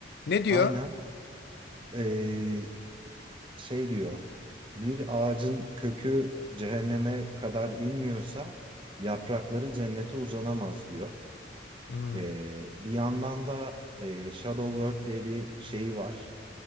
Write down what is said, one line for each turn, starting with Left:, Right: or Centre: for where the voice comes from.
Left: Ne diyor?
Right: aynen E, şey diyor bir ağacın kökü cehenneme kadar inmiyorsa yaprakları cennete uzanamaz diyor.
Left: Hmm,
Right: E, bir yandan da e, Shadow Work diye bir şeyi var.